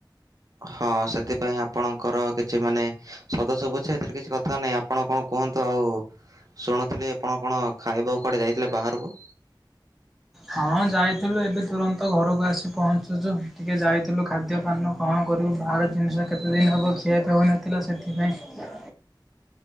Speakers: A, on the right; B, in the centre.
A: ହଁ ସେଥିପାଇଁ ଆପଣଙ୍କର କିଛି ମାନେ ସଦା ଶଭୁଛେ ଏଥିରେ କିଛି କଥା ନାହିଁ ଆପଣ କଣ କୁହନ୍ତୁ ଆଉ ଶୁଣଥିଲି ଆପଣ କଣ୍ ଖାଇବା କୁଆଡ଼େ ଯାଇଥିଲେ ବାହାରକୁ?
B: ହଁ ଯାଇଥିଲୁ ଏବେ ତୁରନ୍ତ ଘରକୁ ଆସି ପହଞ୍ଚୁଛୁ ଟିକେ ଯାଇଥିଲୁ ଖାଦ୍ୟପାନ କଣ୍ କରିବୁ ବାହାର ଜିନିଷ କେତେଦିନ ହେବ ଖିଆଇପିଆ ହୋଇନଥିଲା ସେଥିପାଇଁ